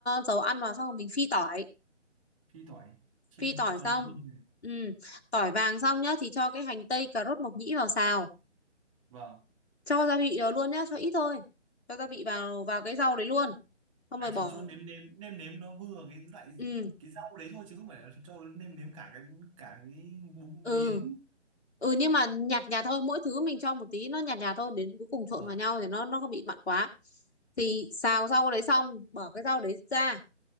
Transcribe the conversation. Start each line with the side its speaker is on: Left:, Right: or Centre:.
Left: dầu ăn vào xong rồi mình phi tỏi
Right: phi tỏi chiên
Left: phi tỏi
Right: cho
Left: xong
Right: nó thơm
Left: ừ. tỏi vàng xong nhá thì cho cái hành tây cà rốt mộc nhĩ vào xào
Right: vâng
Left: cho gia vị vào luôn nhá cho ít thôi cho gia vị vào vào cái rau đấy luôn xong
Right: à
Left: rồi bỏ
Right: chỉ cho nếm nếm nêm nếm nó vừa cái loại
Left: ừ
Right: cái rau đấy thôi chứ không phải là cho nêm nếm cả cái cả cái bún-
Left: ừ
Right: miến
Left: ừ nhưng mà nhạt nhạt thôi mỗi thứ mình cho một tí nó nhạt nhạt thôi đến cuối cùng trộn
Right: vâng
Left: vào nhau thì nó nó không bị mặn quá thì xào rau đấy xong bỏ cái rau đấy ra